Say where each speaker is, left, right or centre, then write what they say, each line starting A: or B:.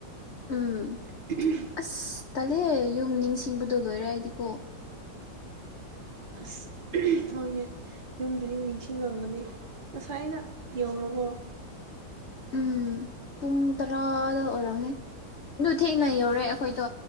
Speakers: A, on the left; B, on the right.
A: ꯎꯝ
B: <inaudible>
A: ꯑꯁ ꯇꯜꯂꯦ ꯌꯨꯝ ꯅꯤꯡꯁꯤꯡꯕꯗꯣ ꯂꯣꯏꯔꯦ ꯑꯩꯗꯤꯀꯣ
B: <unintelligible> ꯍꯣꯏꯅꯦ ꯌꯨꯝꯕꯨꯗꯤ ꯅꯤꯡꯁꯤꯡꯉꯝꯒꯅꯤ ꯉꯁꯥꯏꯅ ꯌꯧꯔꯕꯣ
A: ꯎꯝ ꯄꯨꯡ ꯇꯔꯥꯗ ꯑꯣꯏꯔꯝꯅꯤ ꯑꯗꯨ ꯊꯦꯡꯅ ꯌꯧꯔꯦ ꯑꯈꯣꯏꯗꯣ